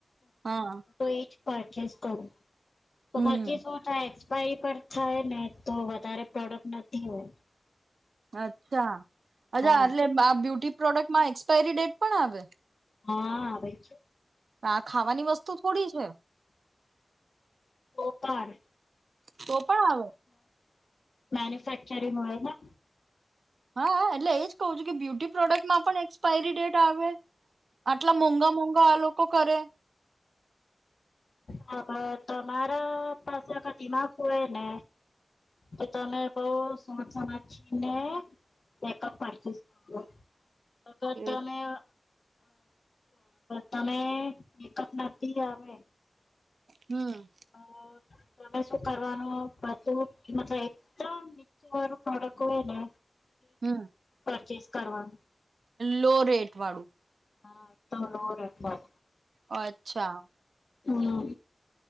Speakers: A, on the right (about 80°); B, on the left (about 60°).
A: હા
B: <unintelligible> પરચેસ કરું તો
A: હમ
B: પરચીસોટ પર થાય ને તો વધારે પ્રોડક્ટ નથી હોય.
A: અચ્છા અછા
B: હા
A: હલે બ્યુટી પ્રોડક્ટમાંક્, મા ેરી ડેટ પણ આવે.
B: હા આવે છે.
A: આ ખાવાની વસ્તુ થોડી છે.
B: તો પણ
A: તો પણ આવે
B: મન્યુફેક્ચરિંગ હોય.
A: હા, એટલે એજ કહું છું કે બ્યુટી પ્રોડક્ટમાં પણ એક્સપાયરી ડેટ આવે. આટલા મોંઘા મોંઘા આ લોકો કો કરે
B: હ, તમારા પાસે આ દિમાગ હોય ને તો તમે બઉ સ સચનેઅપ પરચસ કરો અગર
A: એ
B: તમે તમે એકઅપ ના આવે.
A: હમ
B: અ અ તમે શું કરવાનું બધું મતલ એકદમ નીચે વાનું પ્રોડક્ટ હોય ને
A: હમ
B: <inaudible> ચસ કરવાનું
A: લો રેટ વાળું
B: હા તો નોડમા
A: ઓ અચ્છા
B: હમ